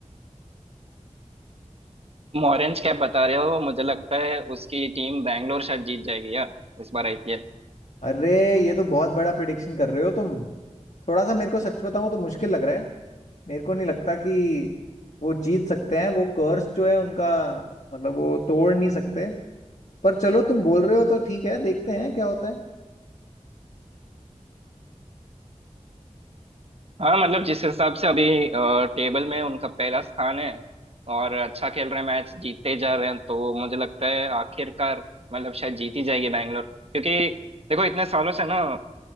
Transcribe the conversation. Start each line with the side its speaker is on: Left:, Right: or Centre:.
Right: तुम ऑरेंज कैप बता रहे हो मुझे लगता है उसकी टीम बैंगलोर शायद जीत जाएगी यार इस बार आईपीएल
Left: अरे ये तो बहुत बड़ा प्रिडिक्शन कर रहे हो तुम थोड़ा सा मेरे को सच बताऊं तो मुश्किल लग रहा है मेरे को नहीं लगता कि वो जीत सकते हैं वो कर्स जो है उनका मतलब वो तोड़ नहीं सकते पर चलो तुम बोल रहे हो तो ठीक है देखते हैं क्या होता है
Right: हाँ मतलब जिस हिसाब से अभी टेबल में उनका पहला स्थान है और अच्छा खेल रहे हैं मैच जीतते जा रहे हैं तो मुझे लगता है आखिरकार मतलब शायद जीत ही जाएगी बैंगलोर क्योंकि देखो इतने सालों से ना